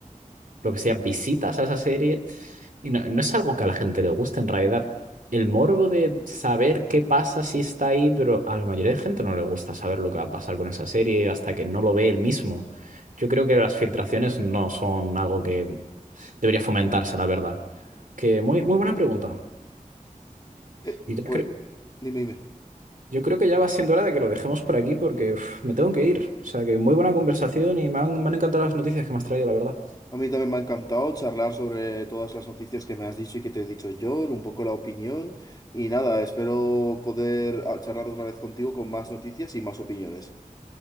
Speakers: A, on the right (about 75°); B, on the left (about 25°).
A: lo que sea, visitas a esa serie. Y no, no es algo que a la gente le guste, en realidad. El morbo de saber qué pasa si está ahí, pero a la mayoría de gente no le gusta saber lo que va a pasar con esa serie hasta que no lo ve él mismo. Yo creo que las filtraciones no son algo que debería fomentarse, la verdad. Que muy, muy buena pregunta.
B: Eh,
A: Y ya
B: pues
A: cre-
B: dime, dime.
A: yo creo que ya va siendo hora de que lo dejemos por aquí porque uf, me tengo que ir. O sea que muy buena conversación y me han, me han encantado las noticias que me has traído, la verdad.
B: A mí también me ha encantado charlar sobre todas las noticias que me has dicho y que te he dicho yo, un poco la opinión y nada, espero poder ah, charlar otra vez contigo con más noticias y más opiniones.